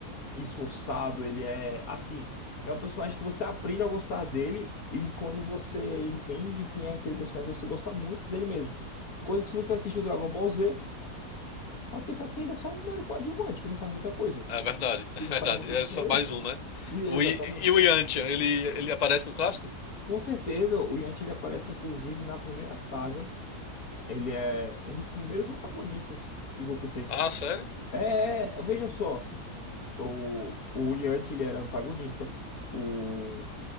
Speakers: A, on the left (about 65°); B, on the left (about 40°).
A: esforçado, ele é assim, é um personagem que você aprende a gostar dele e quando você entende quem é aquele personagem, você gosta muito dele mesmo. Coisa que se você assistir o Dragon Ball Z, vai pensar que ele é só um mero coadjuvante, que não faz muita coisa,
B: É verdade, <laughs> é
A: que não
B: verdade.
A: faz muita
B: É
A: diferença.
B: só mais um, né?
A: E exatamente.
B: O I- e o Yantia, ele, ele aparece no clássico?
A: Com certeza, o Yanti ele aparece inclusive na primeira saga. Ele é um dos primeiros antagonistas que Goku tem.
B: Ah, sério?
A: É, é, veja só, o, o Yanti ele era antagonista. O